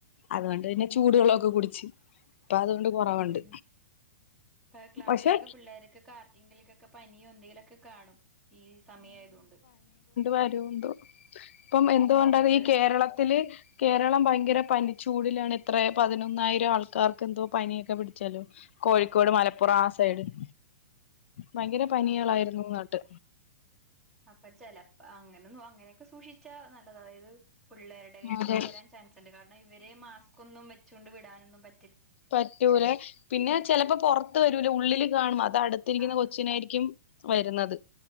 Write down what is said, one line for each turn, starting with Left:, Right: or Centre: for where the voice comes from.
Left: അതുകൊണ്ട് പിന്നെ ചൂടുവെള്ളോക്കെ കുടിച്ച്. ഇപ്പൊ അതുകൊണ്ട് കുറവുണ്ട്
Centre: ഉം ഉം ഇപ്പൊ ക്ലാസ്സിലൊക്കെ
Left: പക്ഷെ
Centre: പിള്ളേർക്കെ കാർക്കിങ്കലൊക്കൊ പനിയോ എന്തെലുമൊക്കെ കാണും ഈ സമയ ആയതൊണ്ട്.
Left: വരുന്ത ഇപ്പം എന്തുകൊണ്ട
Centre: തോന്നുന്നുണ്ട്
Left: ഈ കേരളത്തില് കേരളം ഭയങ്കര പനി ചൂടിലാണ് എത്രയ പതിനൊന്നായിരം ആൾക്കാർക്ക് എന്തോ പനിയൊക്കെ പിടിച്ചാലോ കോഴിക്കോട് മലപ്പുറം ആ സൈഡില് ഭയങ്കര പനികളായിരുന്നു
Centre: അതെ
Left: നാട്ട്
Centre: അപ്പൊ ചെിലപ്പ അങ്ങനെ അങ്ങനെയൊക്കെ സൂക്ഷിച്ചാ നല്ലത് അതായത് പുള്ളേരുടെയ്ന്ന്
Left: അതെ
Centre: പകരാൻ ചാൻസ് ഉണ്ട്. കാരണം ഇവരെ മാസ്ക്ന്നും വെച്ചുകൊണ്ട് വിടാനൊന്നും പ
Left: പറ്റൂലെ പിന്നെ ചിലപ്പോ പുറത്ത് വരൂല ഉള്ളില് കാണും അത് അടുത്തിരിക്കുന്ന
Centre: ആഹ്
Left: കൊച്ചിനായിരിക്കും. വരുന്നത്